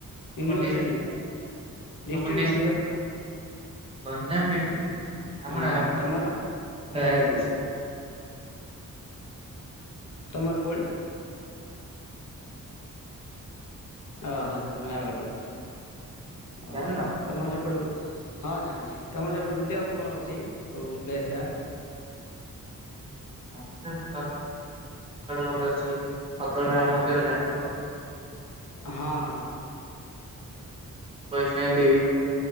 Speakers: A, on the right (about 15°); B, on the left (about 65°).
A: ତମ
B: ୟୁନିଭର୍ସିଟି
A: ଡିଷ୍ଟ୍ରିକ୍ଟ
B: <unintelligible>
A: ତମ ଡିଷ୍ଟ୍ରିକ୍ଟ
B: ଗଞ୍ଜାମ।
A: ଗଞ୍ଜାମ <unintelligible>
B: ହଁ ତମର ତମର କୋ ଆଡ଼େ <unintelligible> ନୟାଗଡ଼ ପରା
A: ଜାଣିନ
B: ଉଁହୁଁ। ତମର ସେପଟକୁ ହଁ ଜାଣିଛି ତମର <unintelligible> ବୁଲିବାକୁ କଣ ଅଛି ସବୁ ପ୍ଲେସ <unintelligible>
A: ଆମର <unintelligible> ଗୋଟେ ଅଛି <unintelligible> ରାମ ମନ୍ଦିର ଜାଣିଥିବ।
B: ହଁ ହଁ।
A: ବୈଷ୍ଣବୀ ଦେବୀ।